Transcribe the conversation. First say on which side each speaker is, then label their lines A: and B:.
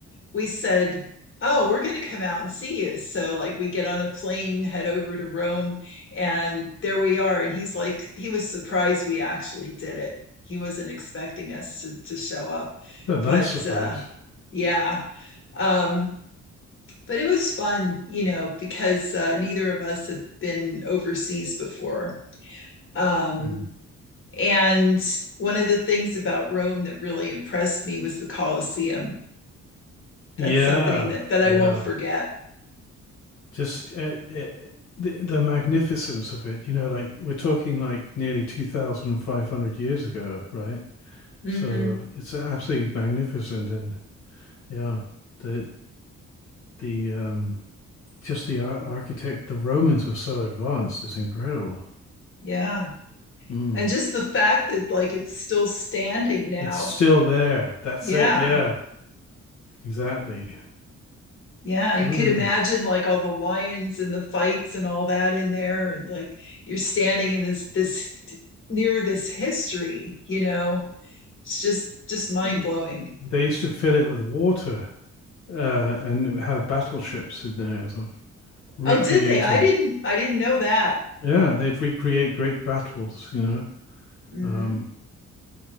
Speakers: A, on the left (about 45°); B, on the left (about 75°).
A: we said, oh, we're going to come out and see you. So, like, we get on a plane, head over to Rome, and there we are. And he's like, he was surprised we actually did it. He wasn't expecting us to, to show up.
B: It's a nice
A: But
B: surprise.
A: uh, yeah, um, but it was fun, you know, because uh, neither of us had been overseas before. Um,
B: Mm.
A: and one of the things about Rome that really impressed me was the Colosseum.
B: Yeah,
A: That's something that, that I
B: yeah.
A: won't forget.
B: Just uh, uh, the the magnificence of it. You know, like we're talking like nearly two thousand five hundred years ago, right?
A: Mm-hmm.
B: So it's absolutely magnificent, and yeah, the the um, just the ar- architect, the Romans were so advanced. It's incredible.
A: Yeah.
B: Mm.
A: And just the fact that like it's still standing now.
B: It's still there. That's
A: Yeah.
B: it. Yeah, exactly.
A: Yeah. You
B: Oh,
A: could imagine like all the lions and the fights and all that in there. And like you're standing in this, this near this history, you know, it's just, just mind
B: yeah.
A: blowing.
B: They used to fill it with water uh, and have battleships in there, sort of recreating.
A: Oh, did they? I didn't, I didn't know that.
B: Yeah, they'd recreate great battles, you know.
A: hmm
B: Um,